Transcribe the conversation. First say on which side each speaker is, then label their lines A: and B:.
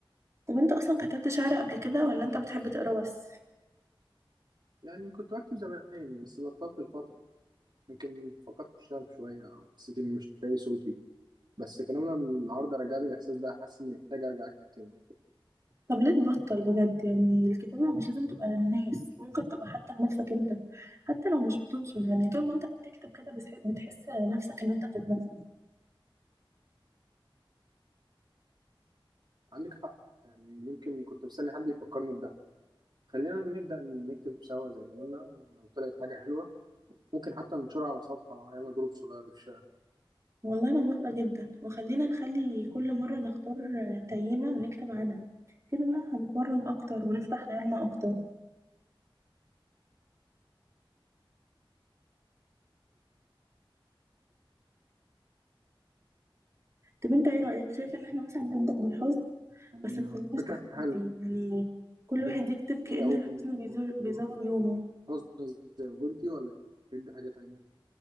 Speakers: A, on the right; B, on the right.
A: طب انت اصلا كتبت شعر قبل كده ولا انت بتحب تقرا بس
B: يعني كنت بكتب زمان بس بطلت الفتره يمكن فقدت الشغف شويه او حسيت اني مش لاقي صوتي بس كلامنا النهارده رجع لي الاحساس ده حاسس اني محتاج ارجع اكتب تاني
A: طب ليه تبطل بجد يعني الكتابة مش لازم تبقى للناس ممكن تبقى حتى لنفسك انت حتى لو مش بتنشر يعني طول ما انت بتكتب كده بس- بتحس نفسك ان انت بتتنفس
B: عندك حق يعني يمكن كنت مستني حد يفكرني بده خلينا نبدأ نكتب سوا زي ما قلنا ولو طلعت حاجة حلوة ممكن حتى ننشرها على صفحة أو نعمل جروب صغير في الشارع
A: والله انا موافقة جدا وخلينا نخلي كل مرة نختار تيمة ونكتب عنها كده بقى هنتمرن اكتر ونفتح خيالنا اكتر طب انت ايه رأيك شايف ان احنا مثلا نبدأ بالحزن
B: يعني
A: بس متخليناش
B: فكرة
A: تقليدي
B: حلوة
A: يعني كل
B: نبدأ
A: واحد يكتب كأن
B: إيه أول
A: الحزن بيزور بيزور
B: موضوع
A: يومه
B: غصب زي ما قلتي ولا تبدأ حاجة تانية